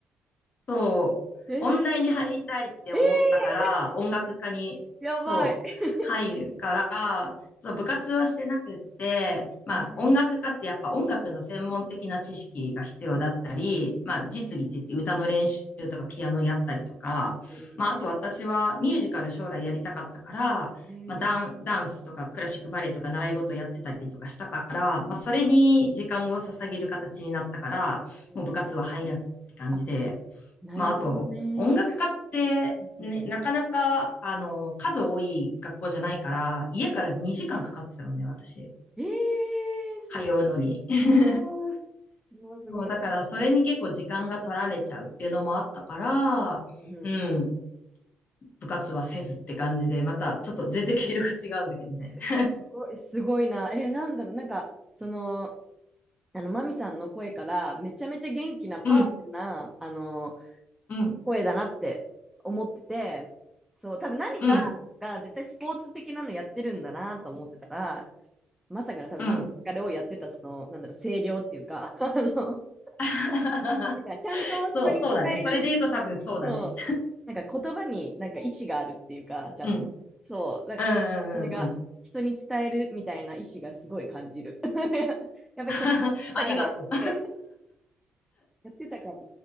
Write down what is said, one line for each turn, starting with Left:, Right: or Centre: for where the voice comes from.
Left: そう、
Centre: えー、
Left: 音大に入りたいって思ったから、
Centre: え
Left: 音楽科に、
Centre: ー、やばい。
Left: そう、
Centre: え
Left: 入るから、そう、部活はしてなくって、まあ、
Centre: ー
Left: 音楽科ってやっぱ音楽の専門的な知識が必要だったり、
Centre: うん
Left: まあ、実技って言って歌の練習とかピアノやったりとか、
Centre: うん
Left: まあ、あと私はミュージカル将来やりたかったから、
Centre: えー、
Left: まあ、ダン、ダンスとかクラシックバレエとか習い事やってたりとかしたから、まあ、それに時間を捧げる形になったから、
Centre: うん
Left: もう部活は入らずって感じで、
Centre: あ、なるほどね。
Left: まあ、あと、音楽家って、
Centre: うん
Left: ね、なかなか、あの、数多い学校じゃないから、家から2時間かかってたのね、私。
Centre: えー、すごい。
Left: 通うのに。<laughs>
Centre: うわー、これはすごい。
Left: そう、だから、それに結構時間が取られちゃうっていうのもあったから、
Centre: うん
Left: うん、部活はせずって感じで、また、ちょっと全然毛色が違うんだけどね。<laughs>
Centre: すごい、すごいな。えー、なんだろう、なんか、その、あの、マミさんの声から、めちゃめちゃ元気なパワフルな、
Left: うん、
Centre: あの、
Left: うん、
Centre: 声だなって思ってて、そう、多分何かが絶対スポーツ的なのやってるんだなと思ってたら、
Left: うん、
Centre: まさかの多分ミュージカルをやってた、
Left: うん。
Centre: その、なんだろう、声量っていうか、<laughs> あの、だ
Left: <laughs>
Centre: からちゃんと人に使える
Left: そう、そうだね。それで言うと多分そうだね。
Centre: そう。なんか言葉になんか意志があるっていうか、ちゃんと。
Left: うん。
Centre: そう。なんかその感じが、
Left: うん、うん、うん。うん
Centre: 人に伝えるみたいな意志がすごい感じる。<laughs> やっぱりそれだから、
Left: <laughs> ありがとう。
Centre: <laughs> やってたから、